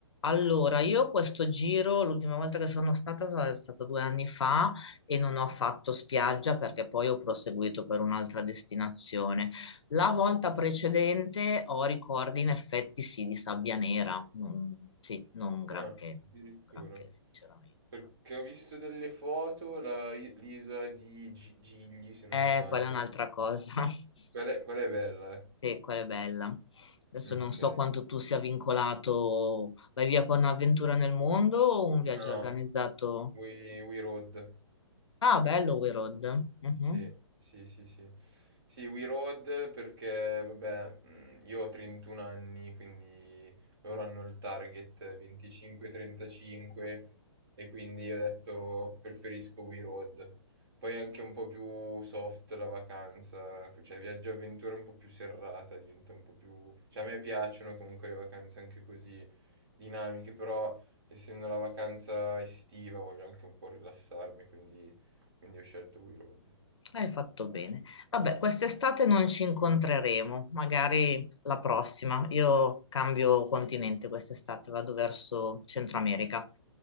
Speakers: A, on the left; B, on the right.
A: Allora, io questo giro, l'ultima volta che sono stata è stato due anni fa e non ho fatto spiaggia perché poi ho proseguito per un'altra destinazione. La volta precedente ho ricordi in effetti sì di sabbia nera, non, sì, non granché,
B: Ah, addirittura.
A: non granché sinceramente.
B: Perché ho visto delle foto, la i l'isola di Gi Gigli, se non
A: Eh,
B: sbaglio.
A: quella è un'altra cosa, <laughs>
B: Quella è, quella è bella, eh.
A: sì, quella è bella. Adesso
B: Ok.
A: non so quanto tu sia vincolato, vai via con un'avventura nel mondo o un viaggio
B: No, No,
A: organizzato?
B: We, We Road.
A: Ah, bello We Road. Mhm.
B: Sì, sì, sì, sì. Sì, We Road perché, vabbè, mh, io ho 31 anni, quindi loro hanno il target 25-35 e quindi ho detto preferisco We Road. Poi è anche un po' più soft la vacanza, cioè viaggio avventura un po' più serrata, diventa un po' più... Cioè a me piacciono comunque le vacanze anche così dinamiche, però essendo la vacanza estiva voglio anche un po' rilassarmi, quindi, quindi ho scelto We Road.
A: Hai fatto bene. Vabbè, quest'estate non ci incontreremo, magari la prossima. Io cambio continente quest'estate, vado verso Centro America.